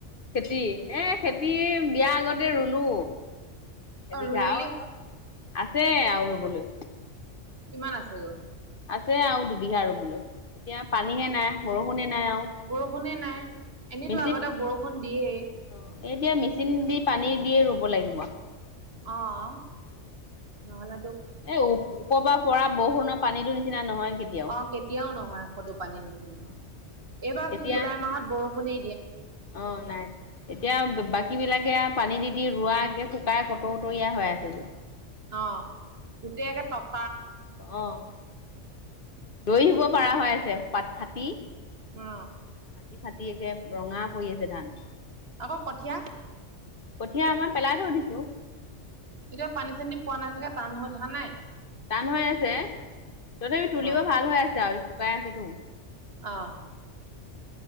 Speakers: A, on the left; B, on the right.
A: খেতি এ খেতি বিয়াৰ আগতে ৰুলো
B: অ
A: এবিঘা
B: ৰুই মেলি হ'ল
A: আছে আৰু ৰুবলৈ
B: কিমান আছে গল
A: আছে আৰু দুবিঘা ৰুবলৈ এতিয়া পানীহে নাই বৰষুণে নাই আৰু
B: বৰষুণে নাই এনেইতো
A: মেচিন
B: আগতে বৰষুণ দিয়েই
A: অ', এতিয়া মেচিন দি পানী দিয়ে ৰুব লাগিব
B: অ', নহ ল
A: এ উপওপৰ পৰা বৰষুণৰ পানীো নিচিনা নহয় কেতিয়াও।
B: অ', েতিয়াও নহয় সটোো পানী
A: অ',
B: নিচিনা
A: অ',
B: এইবাৰচোন
A: এতিয়া
B: জুলাই মাহত বৰষুণি
A: অ', নাই এতিয়া বাকী বিলাকে পানী দি দি ৰোৱাে শুকাই কতৌ উতীয়া হৈ আছে যে
B: অ', গোটেইকে তটক
A: অ, উম, ৰৈ আহিব পৰাৰা হৈ আছে, প ফাটি,
B: অ',
A: মাটি, ফাটি একে ৰঙা পৰি আছে ধান।
B: আকৌ, কঠীয়া
A: কঠীয়া আমাৰ পেলাই থ, দিছো।
B: এতিয়া পানী, চানী পোৱা নাই চাগে টান হৈ থকা নাই।
A: টান হৈ আছে, তথাপি তুলিব
B: অ',
A: ভাল হৈ আছে, আ, শুকাই আছেতো।
B: অ'।